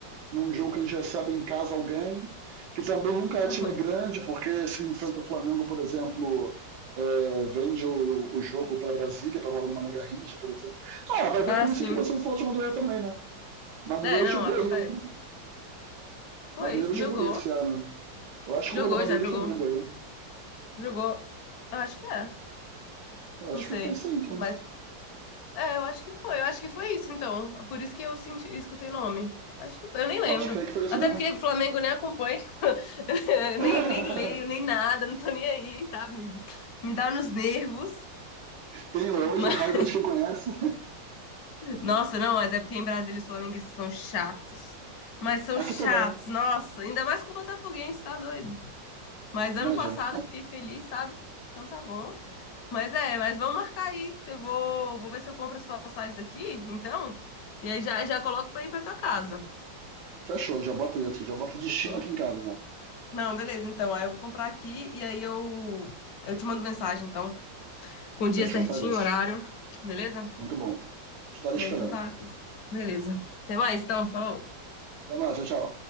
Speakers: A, on the right; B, on the left.
A: num jogo que ele recebe em casa alguém, que também nunca é time
B: aham.
A: grande, porque se enfrenta o Flamengo, por exemplo, é, vende o, o jogo para Brasília, para rolar no Mané Garrincha, por exemplo. Ah, vai ver
B: Ah,
A: por
B: sim.
A: isso que você não falou de Madureira também, né? Madureira
B: É, não,
A: jogou
B: acontece.
A: aí.
B: Foi,
A: Madureira jogou
B: jogou.
A: aí esse ano. Eu acho que
B: Jogou,
A: roubou Madureira
B: já jogou.
A: e Flamengo aí.
B: Jogou. Eu Acho que é.
A: Eu acho
B: Não sei.
A: que foi isso aí, então.
B: Mas é, eu acho que foi. Eu acho que foi isso, então. Por isso que eu senti, escutei o nome. Acho que foi. Eu nem lembro.
A: Pode crer que foi isso
B: Até
A: mesmo.
B: porque Flamengo nem acompanho. <laughs>
A: <laughs>
B: Nem, nem leio, nem nada. Não tô nem aí, sabe? Me, me dá nos nervos.
A: Tenho hoje
B: Mas,
A: o raiva de quem conhece.
B: nossa, não, mas é porque em Brasília os flamenguistas são chatos. Mas são
A: <laughs> Aqui
B: chatos,
A: também.
B: nossa. Ainda mais com o Botafoguense, tá doido? Mas ano
A: Imagina.
B: passado eu fiquei feliz, sabe? Então tá bom. Mas é, mas vamos marcar aí. Eu vou, vou ver se eu compro as passagens aqui, então. E aí já, já coloco pra ir pra tua casa.
A: Fechou, já bota isso. Já bota destino
B: Fechou?
A: aqui em casa. Já.
B: Não, beleza, então. Aí eu vou comprar aqui e aí eu, eu te mando mensagem, então. Com o dia
A: Fechou,
B: certinho,
A: faz isso.
B: horário. Beleza?
A: Muito bom. Estarei
B: Não,
A: esperando.
B: então tá. Beleza. Até mais, então. Falou.
A: Até mais, tchau, tchau.